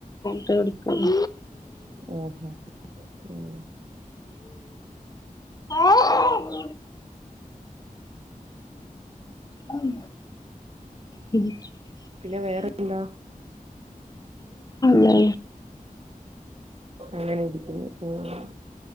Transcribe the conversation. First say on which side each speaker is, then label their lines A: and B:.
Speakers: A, on the left (about 25°); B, on the right (about 45°).
A: ട്ട വിടിക്കല്ല
B: ഓഹോ ഉം
A: ആഹ് ഉം <unintelligible>
B: പിന്നെ വേറെന്താ
A: ല്ല
B: അങ്ങനെ ഇരിക്കുന്നു ഓഹ്